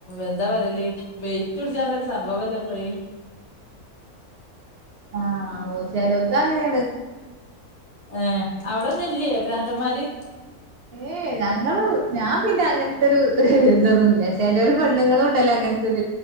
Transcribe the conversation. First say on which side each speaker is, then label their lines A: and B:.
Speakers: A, on the left; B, on the right.
A: എന്താ പറയല് വെയിറ്റ് കുടിച്ചുള്ളരു സംഭവല്ല പയി
B: ആഹ ഓ ചിലർക്ക് അങ്ങനെ
A: ഏർ അവിടൊന്നും ഇല്ലേ പ്രാന്തന്മാര്
B: ഏ ഞങ്ങ ഞാൻ പിന്നെ അങ്ങനത്തെൊരു ഇതൊന്നുംല്ല ചില ഒരു പണ്ണുങ്ങളും ഉണ്ടല്ലേ ആ എത്തൽ